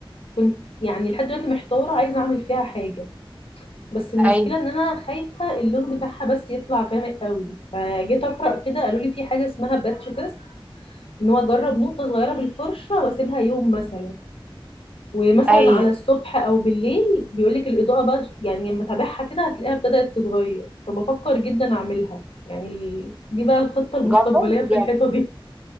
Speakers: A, on the left; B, on the right.
A: كنت يعني لحد دلوقتي محتارة عايزة اعمل فيها حاجة بس المشكلة
B: أي
A: ان انا خايفة اللون بتاعها بس يطلع غامق قوي فجيت اقرأ كده قالوا لي في حاجة اسمها باتش تيست ان هو اجرب نقطة صغيرة بالفرشة واسيبها يوم مثلا ومثلا
B: أي
A: على الصبح او بالليل بيقول لك الإضاءة بقى يعني لما تابعها كده هتلاقيها بدأت تتغير فبفكر جدا اعملها يعني ال... دي بقى الخطة المستقبلية
B: جربي بجد
A: في الحيطة دي